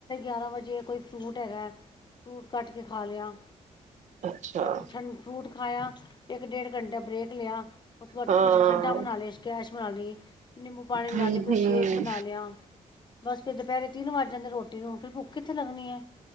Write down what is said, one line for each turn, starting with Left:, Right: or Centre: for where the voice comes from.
Left: ਗਿਆਾਰਾਂ ਵਜੇ ਕੋਈ ਫਰੂਟ ਹੈਗਾ ਫਰੂਟ ਕੱਟ ਕੇ ਖਾ ਲਿਆ
Right: ਅੱਛਾ
Left: ਜਾਂ ਕੁਛ ਠੰਡ ਫਰੂਟ ਖਾਇਆ ਇੱਕ ਡੇਢ ਘੰਟਾ ਬ੍ਰੇਕ ਲਿਆ ਉਸ ਬਾਅਦ
Right: ਹਾਂ
Left: ਕੁਛ ਠੰਡ ਅਟਾ ਬਣਾ ਲਈ ਸਕੈਸ਼ ਬਣਾ ਲਈ ਨਿੰਬੂ ਪਾਣੀ ਬਣਾ
Right: ਹਮ
Left: ਲਈ ਕੋਈ ਸ਼ੇਕ
Right: ਹਮ
Left: ਬਣਾ ਲਿਆ। ਬਸ ਫਰ ਦੁਪਹਿਰੇ ਤਿੰਨ ਵੱਜ ਜਾਂਦੇ ਰੋਟੀ ਨੂੰ ਫੇਿਰ ਭੁੱਖ ਕਿੱਥੇ ਲੱਗਣੀ ਹੈ